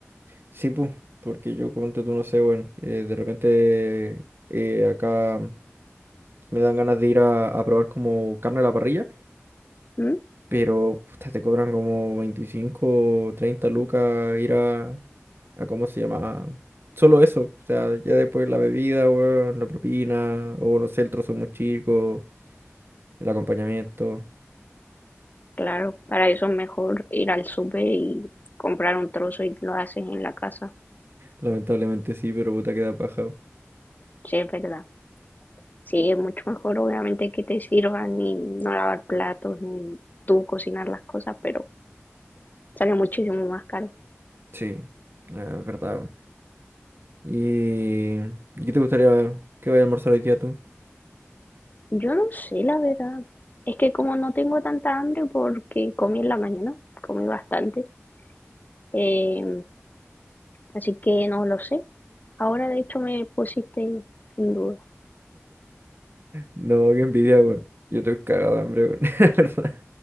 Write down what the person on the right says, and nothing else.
Sí, pues, porque yo como tú no sé, bueno, eh, de repente eh, acá me dan ganas de ir a, a probar como carne a la parrilla,
pero puta, te cobran como 25, 30 lucas ir a, a ¿cómo se llama? Solo eso, o sea, ya después la bebida, weón, la propina, o no sé, el trozo muy chico, el acompañamiento,
lamentablemente sí, pero puta queda paja.
Sí, ah, es verdad. weón. ¿Y, ¿y qué te gustaría que vaya a almorzar hoy día tú?
No, qué envidia, weón. Yo estoy cagado de hambre, weón. <laughs> La verdad.